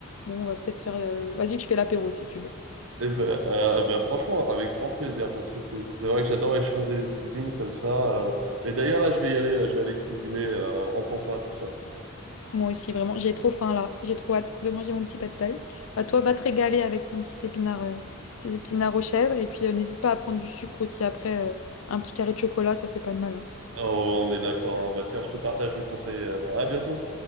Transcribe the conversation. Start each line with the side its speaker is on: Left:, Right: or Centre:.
Left: bon, on va peut-être faire. euh, Vas-y, je fais l'apéro si tu veux.
Right: ben, euh, eh ben, franchement, avec grand plaisir, parce que c'est c'est vrai que j'adore échanger les cuisines comme ça. euh. Mais d'ailleurs, là, je vais y aller, je vais aller cuisiner euh, en pensant à tout ça.
Left: Moi aussi, vraiment, j'ai trop faim là. J'ai trop hâte de manger mon petit pad thaï. Bah, toi, va te régaler avec ton petit épinard, euh, tes épinards aux chèvres. Et puis, euh, n'hésite pas à prendre du sucre aussi après. euh, un petit carré de chocolat, ça fait pas de mal. hein.
Right: Oh, on est d'accord, hein. Bah, tiens, je te partage le conseil. euh. À bientôt.